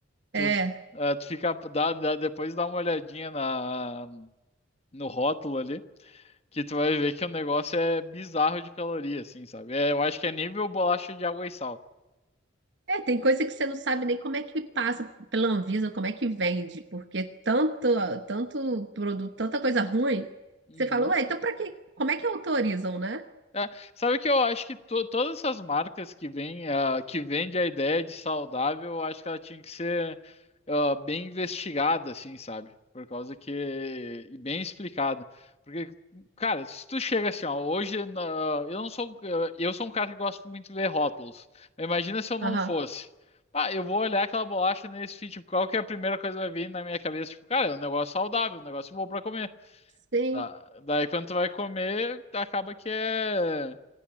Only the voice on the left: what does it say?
Tu,
ah, tu fica, dá, dá- depois dá uma olhadinha na, no rótulo ali, que tu vai ver que o negócio é bizarro de caloria, assim, sabe? É, eu acho que é nível bolacha de água e sal.
Uhum.
É, sabe que eu acho que to- todas essas marcas que vêm, ah, que vende a ideia de saudável, eu acho que ela tinha que ser, ah, bem investigada, assim, sabe? Por causa que. E bem explicada. Porque, cara, se tu chega assim, ó, hoje na- eu não sou. Eu sou um cara que gosto muito de ver rótulos. Mas imagina se eu não
fosse. Ah, eu vou olhar aquela bolacha nesse fit, tipo, qual que é a primeira coisa que vai vir na minha cabeça? Tipo, cara, é um negócio saudável, um negócio bom pra comer.
Ah, Daí quando tu vai comer, acaba que é